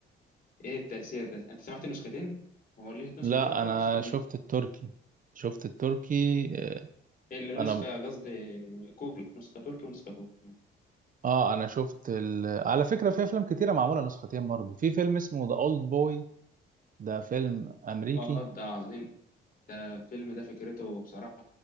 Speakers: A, on the left; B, on the right.
A: ايه التأثير ده انت سمعت نسختين هو ليه نسخة
B: لا
A: تركي
B: انا
A: ونسخة هندي
B: شفت التركي شفت التركي آه،
A: ال-
B: انا
A: نسخة قصدي كوري نسخة تركي ونسخة كوري
B: اه انا شفت ال... على فكرة في افلام كتيرة معمولة نسختين برضو في فيلم اسمه ذا اولد بوي ده فيلم امريكي
A: اه ده عظيم ده الفيلم ده فكرته بصراحة